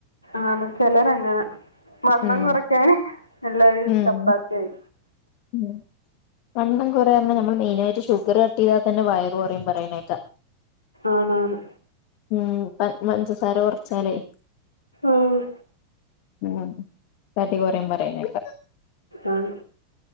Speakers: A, on the left (about 85°); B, on the left (about 45°).
A: ആന്നും ചെലരങ്ങനാ വണ്ണം
B: ഉം
A: കൊറക്കാ എല്ലാരും
B: ഉം
A: ചപ്പാത്തി ആയി
B: ഉം വണ്ണം കൊറെയാറഞ്ഞ നമ്മള് മെയിനായിട്ട് ഷുഗർ കട്ടീതാ തന്നെ വയറ് കൊറയും പറയണേക്കാ
A: ആണ് ആണ്
B: ഉം പ പഞ്ചസാര കുറച്ചാലേ
A: ആഹ്
B: ഉം തടി കൊറയും പറയണേക്ക
A: ആഹ്